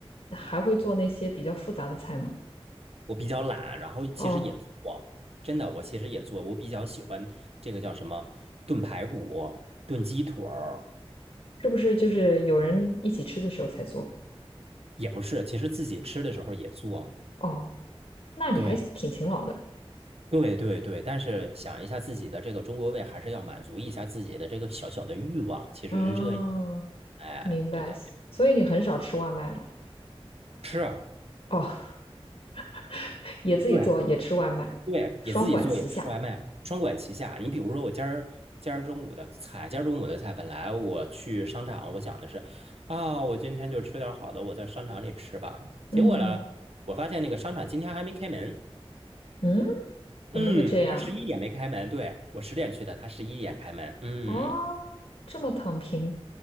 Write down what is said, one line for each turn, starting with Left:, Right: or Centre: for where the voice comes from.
Left: 还会做那些比较复杂的菜吗？
Right: 我比较懒，然后其实也做，
Left: 哦，
Right: 真的，我其实也做，我比较喜欢这个叫什么炖排骨、炖鸡腿儿，
Left: 是不是就是有人一起吃的时候才做？
Right: 也不是，其实自己吃的时候也做，
Left: 哦，那你还挺勤劳的。
Right: 对，对，对，对，但是想一下自己的这个中国胃，还是要满足一下自己的这个小小的欲望，其实是这样，
Left: 嗯，
Right: 哎，
Left: 明白。
Right: 对的，对的，
Left: 所以你很少吃外卖了。
Right: 是，
Left: 哦，<laughs> 也自己做，
Right: 对，
Left: 也吃外卖，
Right: 对，
Left: 双管齐下。
Right: 也自己做，也吃外卖，双管齐下。你比如说，我今儿今儿中午的菜，今儿中午的菜，本来我去商场，我想的是，啊、我今天就吃点儿好的，我在商场里吃吧。结果呢，
Left: 嗯
Right: 我发现那个商场今天还没开门。
Left: 嗯，怎么会这样？
Right: 嗯，他十一点没开门，对，我十点去的，他十一点开门。嗯，
Left: 哦，这么躺平，